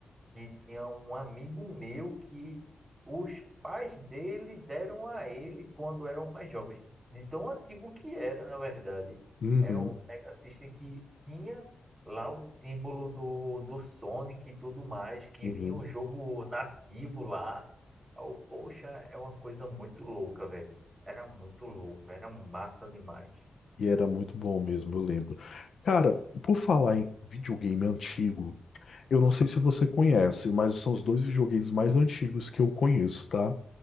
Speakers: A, on the right; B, on the left.
A: E tinha um amigo meu que os pais dele deram a ele quando eram mais jovens, de tão antigo que era, na verdade.
B: Uhum,
A: É um Mega System que tinha lá o símbolo do, do Sonic e tudo mais, que
B: uhum.
A: vinha o jogo nativo lá. Oh, poxa, é uma coisa muito louca, velho. Era muito louco, era massa demais.
B: E era muito bom mesmo, eu lembro. Cara, por falar em videogame antigo, eu não sei se você conhece, mas são os dois videogames mais antigos que eu conheço, tá?